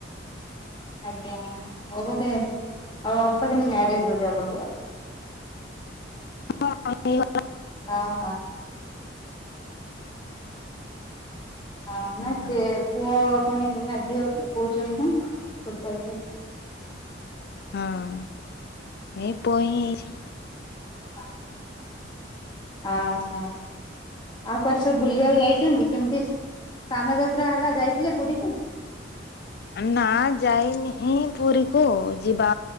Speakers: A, on the left (about 25°); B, on the left (about 60°).
A: ଆଜ୍ଞା ହଉ ବଧେ ଅଳ୍ପ ଦିନ ମ୍ୟାରେଜ ବୋଧେ ଆପଣଙ୍କର।
B: <unintelligible>
A: ହଁ ହଁ। ହଁ ନା
B: ଆଉ
A: ସେ ପୁଅ ପୁଣି ନା ଝିଅ କହୁଛନ୍ତି ନା ଛୋଟ
B: ହଁ ଏଇ ପୋଇ ହେଇଛି।
A: <inaudible> ଆ ହ ଆଉ କୁଆଡେ ସବୁ ବୁଲିବାକୁ ଯାଇଛନ୍ତି କେମିତି ସ୍ନାନ ଯାତ୍ରା ହେଲା ଯାଇଥିଲେ ପୁରୀ କି?
B: ନା ଯାଇନି ପୁରୀକୁ ଯିବା